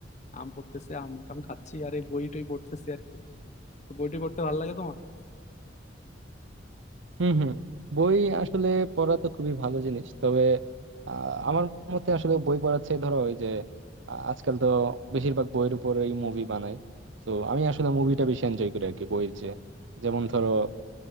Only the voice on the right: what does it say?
হম হম বই আসলে পড়া তো খুবই ভালো জিনিস তবে আহ, আমার মতে আসলে বই পড়ার চেয়ে ধরো ওই যে আহ, আজকাল তো বেশিরভাগ বইয়ের উপরেই মুভি বানায় তো আমি আসলে মুভিটা বেশি এনজয় করি আর কি বইয়ের চেয়ে যেমন ধরো